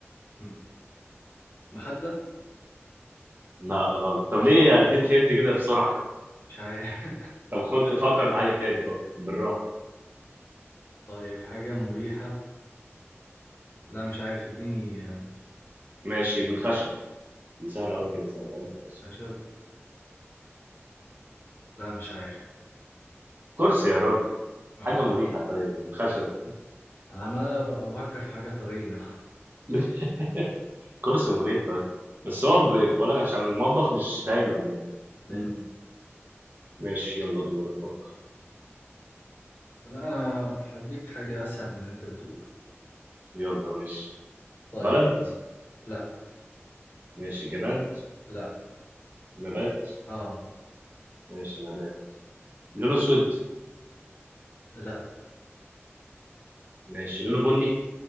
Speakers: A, on the left; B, on the right.
A: مم. مخدة
B: لا غلط طب ليه اديت هنت كده بسرعه
A: مش عارف
B: طب خد فكر في حاجه تاني فكر بالراحه
A: <laughs> طيب حاجة مريحة لا مش عارف اديني آه،
B: ماشي من خشب دي سهله قوي كده سالتها لك خشب
A: خشب لا مش عارف
B: كرسي يا راجل
A: آه.
B: حاجه مريحه طيب من خشب
A: أنا عمال أفكر في حاجة طرية
B: <laughs> كرسي مريح طيب بس هو ب- بقول لك عشان المطبخ مش دايما يعني
A: مم.
B: فاهم ماشي يلا دورك فكر
A: لا أنا هديك حاجة أسهل من اللي أنت بتقوله
B: يلا ماشي
A: طيب
B: بلد
A: يعني لا
B: ماشي جماد
A: لا
B: نبات
A: آه
B: ماشي نبات لونه اسود
A: لا
B: ماشي لونه بني